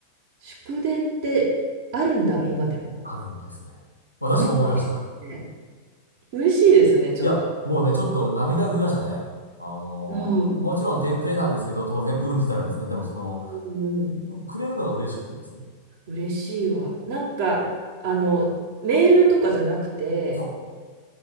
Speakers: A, on the right (about 50°); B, on the left (about 85°).
A: 祝電ってあるんだ、今でも。
B: あるんですね。私も思いました。
A: 嬉しいですね。嬉しいですね、ちょっと。
B: いや、もうね、ちょっと涙ぐみましたね。あのーもちろんテンプレなんですけど、
A: うん。うん
B: 当然文自体はですね、でもその、
A: うん
B: うくれるのが嬉しくてですね。
A: 嬉しいわ。なんか、あの、メールとかじゃなくて、
B: そう。